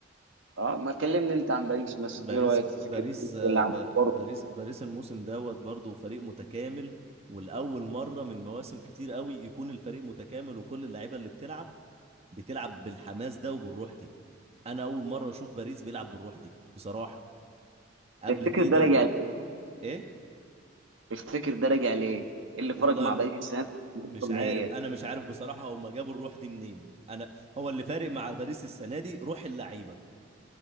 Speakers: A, on the right; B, on the right.
A: اه ما تكلمني انت عن باريس مثلا
B: باريس
A: ايه رايك في
B: باريس
A: فكره
B: آه،
A: اللي عم
B: ب-
A: برضه؟
B: باريس باريس الموسم دوت برضه فريق متكامل والأول مرة من مواسم كتير قوي يكون الفريق متكامل وكل اللعيبة اللي بتلعب بتلعب بالحماس ده وبالروح دي أنا أول مرة أشوف باريس بيلعب بالروح دي بصراحة قبل
A: تفتكر
B: كده
A: ده راجع ليه؟
B: إيه
A: تفتكر ده راجع ليه؟ ايه اللي فرق
B: والله
A: مع
B: م-
A: باريس السنه دي
B: مش
A: في النهائيات؟
B: عارف أنا مش عارف بصراحة هما جابوا الروح دي منين أنا هو اللي فارق مع باريس السنة دي روح اللعيبة